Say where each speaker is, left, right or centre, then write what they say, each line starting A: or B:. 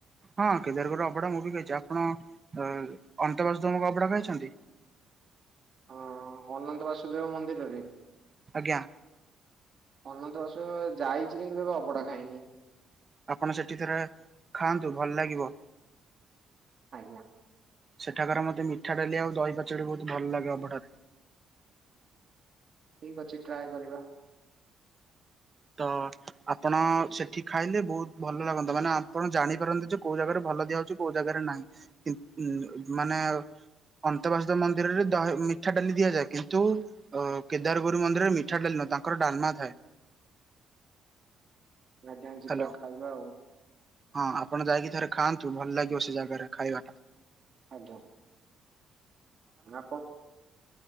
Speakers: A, on the right; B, on the right.
A: ହଁ କେଦାରଗରର ଅବଢା ମୁଁ ବି ଖାଇଚି। ଆପଣ କଁ ଅନ୍ତବାସୁଦେବଙ୍କ ଅଭଡା ଖାଇଚନ୍ତି?
B: ହଁ ଅନନ୍ତ ବାସୁଦେବ ମନ୍ଦିରରେ
A: ଆଜ୍ଞା
B: ଅନନ୍ତ ବାସୁଦେବ ଯାଇଚି କିନ୍ତୁ କେବେ ଅବଢା ଖାଇନି।
A: ଆପଣ ସେଠି ଥରେ ଖାଆନ୍ତୁ ଭଲ ଲାଗିବ।
B: ଆଜ୍ଞା।
A: ସେଠାକାର ମୋତେ ମିଠା ଡାଲି ଆଉ ଦହି ପାଚେଡି ବହୁତ ଭଲ୍ ଲାଗେ ଅବଢାର୍।
B: ଠିକ୍ ଅଛି ଟ୍ରାଏ କରିବା।
A: ତ ଆପଣ ସେଠି ଖାଇଲେ ବହୁତ ଭଲ ଲାଗନ୍ତା ମାନେ ଆପଣ ଜାଣିପାରନ୍ତେ ଯେ କୋଉ ଜାଗାରେ ଭଲ ଦିଆହଉଚି। କୋଉ ଜାଗାରେ ନାହିଁ କି ମାନେ ଅନ୍ତବାସୁଦେବ ମନ୍ଦିରରେ ଦ ହଏ ମିଠା ଡାଲି ଦିଆଯାଏ କିନ୍ତୁ ଅ କେଦାରଗୌରୀ ମନ୍ଦିରରେ ମିଠାଡାଲି ନୁ ତାଙ୍କର ଡାଲମା ଥାଏ।
B: ଆଜ୍ଞା ଯିବା
A: ହ୍ୟାଲୋ
B: ଖାଇବା ଆଉ
A: ହଁ ଆପଣ ଯାଇକି ଥରେ ଖାଆନ୍ତୁ। ଉଁ ଭଲ ଲାଗିବ ସେ ଜାଗାରେ ଖାଇବାଟା।
B: ଆଜ୍ଞା ଆପଣ?